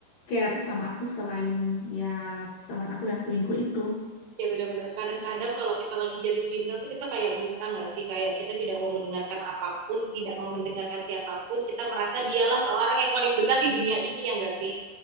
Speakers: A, on the left; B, on the right.
A: care sama aku selain ya pasangan aku yang selingkuh itu.
B: ya benar-benar kadang-kadang kalau kita lagi jatuh cinta tuh kita kayak buta gak sih kayak kita tidak mau mendengarkan apapun tidak mau mendengarkan siapapun kita merasa dialah seorang yang paling benar di dunia ini ya gak sih